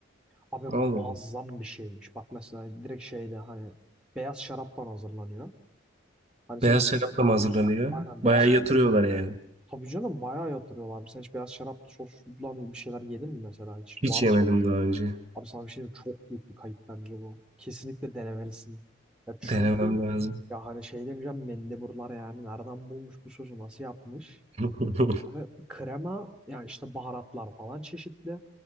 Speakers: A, in the centre; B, on the right.
A: Abi muazzam
B: Allah Allah.
A: bir şeymiş. Bak mesela direkt şeyde hani beyaz şaraptan hazırlanıyor. Hani
B: Beyaz
A: sen hiç
B: şarapla
A: beyaz
B: mı hazırlanıyor?
A: şarap, aynen
B: Bayağı
A: beyaz
B: yatırıyorlar yani.
A: Tabii canım bayağı yatırıyorlar. abi. Sen hiç beyaz şaraplı soslan bir şeyler yedin mi mesela? Hiç var
B: Hiç
A: mı?
B: yemedim daha önce.
A: Abi sana bir şey diyeyim. mi? Çok büyük bir kayıp bence bu. Kesinlikle denemelisin. Ya çünkü
B: Denemem lazım.
A: ya hani şey demeyeceğim mendeburlar yani. Nereden bulmuş bu sosu? Nasıl yapmış?
B: <laughs>
A: Ve krema ya işte baharatlar falan çeşitli.